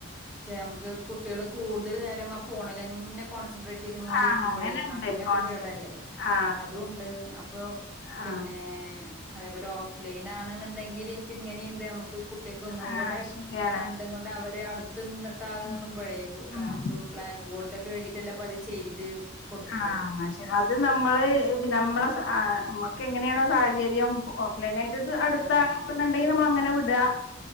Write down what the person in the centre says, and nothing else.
പക്ഷെ നമുക്ക് കുട്ടികള് കൂടുതൽ നേരം ആ ഫോണിലെന്നെ കോൺസെൻട്രേ റ്റ് ചെയ്ത്ങ്ങാണ്ടിരിക്കുമ്പഴേ
കണ്ണിനൊക്കെ
കേടല്ലേ.
അതുണ്ട്. അപ്പൊ,
പിന്നെ അതേപോലെ ഓഫ്‌ലൈൻ ആണ്ന്ന് ണ്ടെങ്കിലി റ്റിങ്ങനീണ്ട് നമുക്ക് കുട്ട്യേക്ക് ഒന്നും
കൂടെ,
കണ്ടും കൊണ്ട് അവര് അടുത്ത് നിന്നിട്ടാകുന്ന്മ്പഴേ
ബ് ക
നമുക്ക് ബ്ലാ ക്ബോർഡിലൊക്കെ എഴുതിയിട്ടല്ലേ അപ്പ അത് ചെയ്ത് കൊടുക്ക
ആഹ്